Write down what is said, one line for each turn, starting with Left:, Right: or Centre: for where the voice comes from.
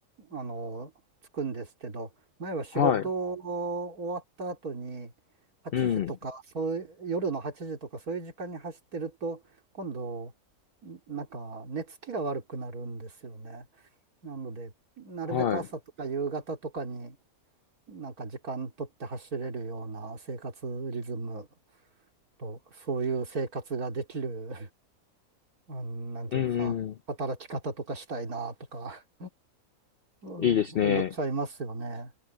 Right: あの、つくんですけど、前は仕事を終わった後に、
Left: はい。
Right: 8時とか、
Left: うん。
Right: そういう、夜の8時とか、そういう時間に走ってると、今度、なんか、寝つきが悪くなるんですよね。なので、なるべく朝とか夕方とかに、
Left: はい。
Right: なんか時間取って走れるような生活リズムと、そういう生活ができるうん、なんていうか、
Left: うんう
Right: 働き方とかしたいなとか、うん、
Left: ん。いいですね。
Right: 思っちゃいますよね。